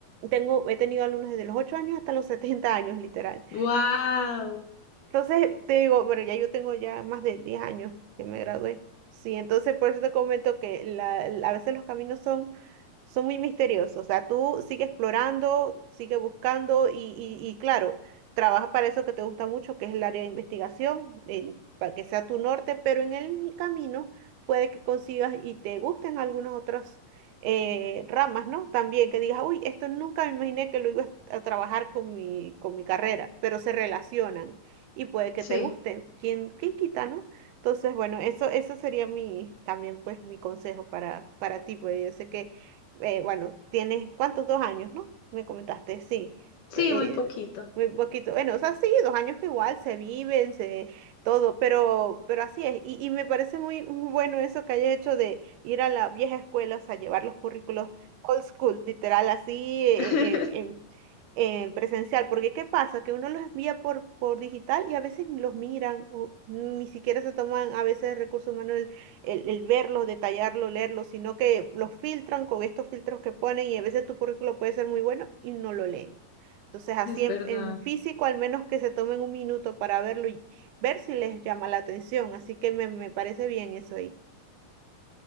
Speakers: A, on the right; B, on the left.
A: tengo, he tenido alumnos desde los 8 años hasta los 70 años, literal.
B: Wow,
A: Entonces, te digo, bueno, ya yo tengo ya más de 10 años que me gradué. Sí, entonces por eso te comento que la- la- a veces los caminos son son muy misteriosos. O sea, tú sigue explorando, sigue buscando y, y, y claro, trabaja para eso que te gusta mucho, que es el área de investigación, en- para que sea tu norte, pero en el camino puede que consigas y te gusten algunas otras eh, ramas, ¿no? También que digas, uy, esto nunca me imaginé que lo iba a trabajar con mi, con mi carrera, pero se relacionan y puede que
B: sí,
A: te gusten. ¿Quién, quién quita, no? Entonces, bueno, eso, eso sería mi, también pues mi consejo para, para ti, porque yo sé que eh, bueno, tienes, ¿cuántos? Dos años, ¿no? Me comentaste, sí.
B: sí,
A: Eh,
B: muy poquito.
A: muy poquito. Bueno, o sea, sí, dos años que igual se viven, se, todo, pero, pero así es. Y, y me parece muy bueno eso que hayas hecho de ir a la vieja escuela, o sea, llevar los currículos old school, literal, así, eh,
B: <laughs>
A: eh, en en presencial, porque ¿qué pasa? Que uno los envía por, por digital y a veces ni los miran, o ni siquiera se toman a veces recursos humanos el, el verlo, detallarlo, leerlo, sino que los filtran con estos filtros que ponen y a veces tu currículo puede ser muy bueno y no lo leen. Entonces, así
B: Es
A: en,
B: verdad.
A: en físico, al menos que se tomen un minuto para verlo y ver si les llama la atención. Así que me, me parece bien eso ahí.